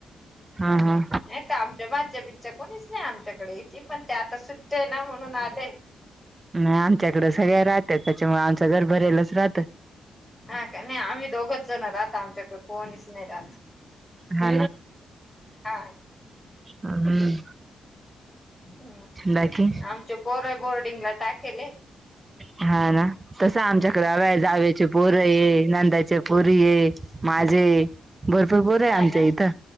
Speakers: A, on the right; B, in the centre.
A: हा हा
B: ह का आमच्या भाच्जा बिच्चा कोणीच नाही आमच्याकडे हिची पण ते आता सुट्ट आहे ना म्हणून आलंय
A: नाही आमच्याकडे सगळ्या राहतात त्याच्यामुळे आमचं घर भरेलच राहत
B: हा का नाही आम्ही दोघच जण राहत आमच्याकडे कोणीच नाही राहत
A: हा
B: हा.
A: हम्म
B: हम्
A: बाकी
B: आमच्या पोर बोर्डिंग ला टाखेल
A: हा ना तस आमच्याकडे जावेचे पोर पोर ये नंदाच्या पुरी ये माझे भरपूर पोर आहे
B: हा
A: आमच्या
B: ना
A: इथं